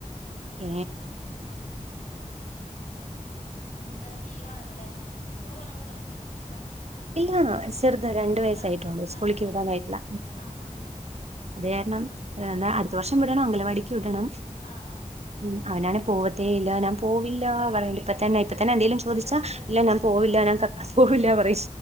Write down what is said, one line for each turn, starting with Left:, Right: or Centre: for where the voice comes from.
Right: ഹ
Left: ഇന്ന് ലീവ് ആണല്ലോല്ലേ സ്കൂള് പോണ കുട്ടികള മക്കളാ
Right: ഇണോ ചെറുത രണ്ടു വയസായിട്ടള്ളൂ
Left: ആഹ്
Right: സ്കൂളിക്ക്
Left: ആഹ് രണ്ട് വയസ്സായിട്ടുള്ളു
Right: വിടാനായിട്ടില്ല
Left: ആഹ് ആഹ്
Right: അത കാരണംന്താ അടുത്ത വർഷം ഇവിടണ അംഗലവാടി ടണം
Left: ആഹ് ആഹ്
Right: ഉ അവനാണ് പോവതേ ഇല്ല ഞാൻ പോവില്ല പറയ ഇപ്പ തന്നെ ഇപ്പ തന്നെ എന്തേങ്കലും
Left: ഇപ്പ
Right: ചോദിച്ചാ
Left: തന്നെ പോണില്ല
Right: ഇല്ല ഞാൻ പോവില്ല
Left: ആഹ് ആഹ്
Right: ഞാൻ പോവില്ല പറയി